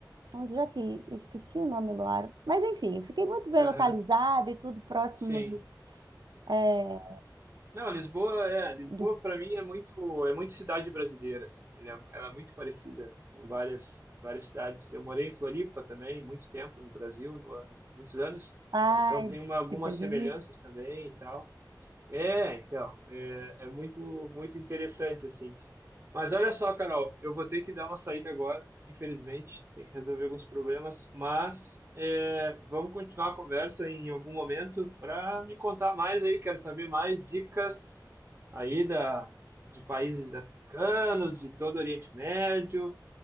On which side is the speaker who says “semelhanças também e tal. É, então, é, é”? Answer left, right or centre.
Right